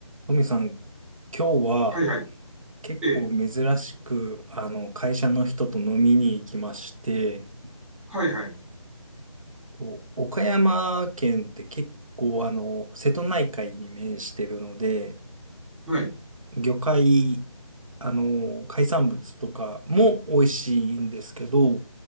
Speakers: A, on the right (about 65°); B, in the centre.
A: トミさん、今日は
B: はいはい。
A: 結構珍しく、
B: ええ。
A: あの、会社の人と飲みに行きまして、
B: はいはい。
A: と岡山県って結構、あの、瀬戸内海に面してるので、
B: はい。
A: 魚介、あの、海産物とかも美味しいんですけど、